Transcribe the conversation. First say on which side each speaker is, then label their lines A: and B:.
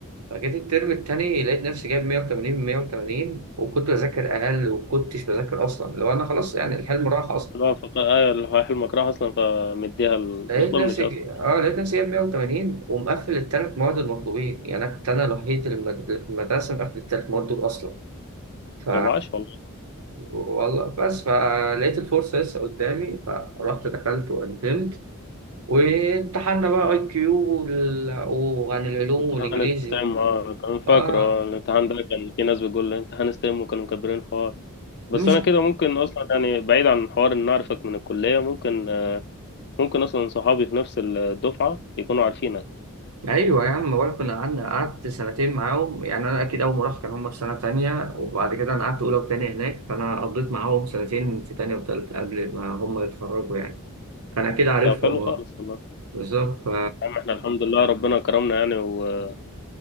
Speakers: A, on the right; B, on the left.
A: فجيت الترم التاني لقيت نفسي جايب 180 من 180 وكنت بذاكر أقل وكنتش بذاكر أصلا لو أنا خلاص يعني الحلم راح أصلا
B: لا فق... ايوه اللي هو حلمك راح اصلا فمديها ال...
A: لقيت
B: مطمنش
A: نفسي
B: اصلا
A: ج- اه لقيت نفسي جايب 180 ومقفل التلات مواد المطلوبين يعني أنا كنت أنا الوحيد اللي من- اللي في المدرسة مقفل التلات مواد دول أصلا ف
B: طب عاش والله
A: والله بس فلقيت الفرصة لسه قدامي فرحت دخلت وقدمت وامتحنا بقى اي كيو وال... وعن العلوم
B: امتحان
A: والانجليزي
B: استعم اه كان فاكره
A: اه
B: آه، الامتحان ده كان في ناس بتقول لي امتحان استعم وكانوا مكبرين الحوار بس
A: مش
B: انا كده ممكن اصلا يعني بعيد عن حوار ان اعرفك من الكليه ممكن ممكن اصلا صحابي في نفس الدفعه يكونوا عارفينك
A: ايوه يا عم بقول كنا قعدنا قعدت سنتين معاهم يعني انا اكيد اول ما رحت كان هم في سنه تانية وبعد كده انا قعدت اولى وتانية هناك فانا قضيت معاهم سنتين في تانية وتالتة قبل ما هم يتخرجوا يعني فانا اكيد عارفهم
B: طب حلو
A: اه
B: خالص والله
A: بالظبط ف
B: يا عم احنا الحمد لله ربنا كرمنا يعني وكرمنا